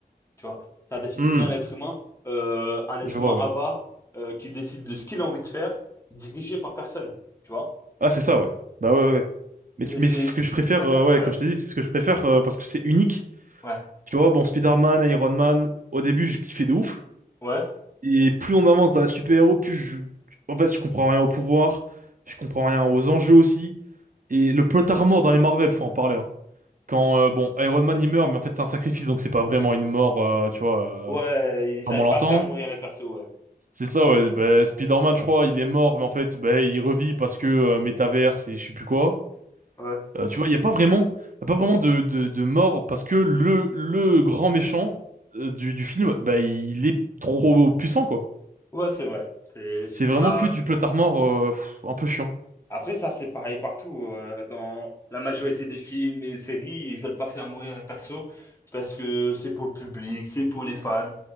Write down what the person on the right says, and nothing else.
Hmm,
je vois,
ouais.
Ah, c'est ça, ouais. Bah ouais, ouais. ouais. Mais,
tu-
mais c'est ce que je préfère,
euh,
ouais, comme je t'ai dit, c'est ce que je préfère euh, parce que c'est unique.
Tu vois, bon, Spider-Man, Iron Man, au début, je kiffais de ouf.
Et plus on avance dans la super-héros, plus je... En fait, je comprends rien au pouvoir, je comprends rien aux enjeux aussi. Et le plot armor dans les Marvel, faut en parler, hein. Quand, euh, bon, Iron Man, il meurt, mais en fait, c'est un sacrifice, donc c'est pas vraiment une mort, euh, tu vois,
euh,
comme
on l'entend.
C'est ça, ouais. Bah, Spider-Man, je crois, il est mort, mais en fait, bah, il revit parce que euh, métaverse et je sais plus quoi.
Euh, tu vois, il y a pas vraiment, y a pas vraiment de, de, de mort parce que le, le grand méchant euh, du, du film, bah, il, est trop puissant, quoi.
C'est
vraiment que du plotard mort, euh, pff, un peu chiant.